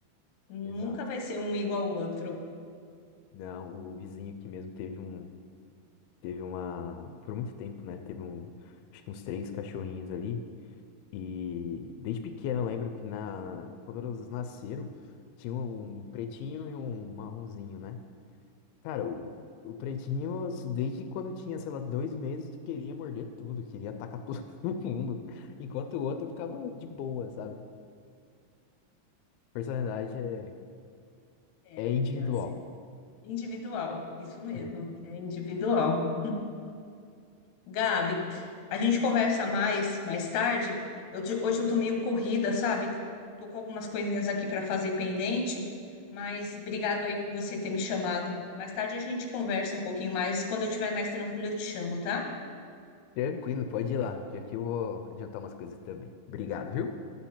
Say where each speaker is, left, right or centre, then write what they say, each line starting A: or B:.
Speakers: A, on the left; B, on the left.
A: <laughs>
B: Nunca
A: Exato.
B: vai ser um igual ao outro.
A: Não, o vizinho aqui mesmo teve um. Teve uma. Por muito tempo, né? Teve um. Acho que uns três cachorrinhos ali. E desde pequeno eu lembro que na, quando eles nasceram, tinha um pretinho e um marronzinho, né? Cara, o, o pretinho, assim, desde quando eu tinha, sei lá, dois meses, queria morder tudo, queria atacar todo <laughs> mundo, enquanto o outro ficava de boa, sabe? Personalidade é,
B: É,
A: é individual.
B: é assim. Individual, isso mesmo,
A: Uhum.
B: é individual. Gabi, a gente conversa mais mais tarde. Eu te- hoje eu tô meio corrida, sabe? Tô com algumas coisinhas aqui para fazer pendente, mas obrigado aí por você ter me chamado. Mais tarde a gente conversa um pouquinho mais. Quando eu estiver mais tranquila, eu te chamo, tá?
A: Tranquilo, pode ir lá, que aqui eu vou adiantar umas coisas também. Obrigado, viu?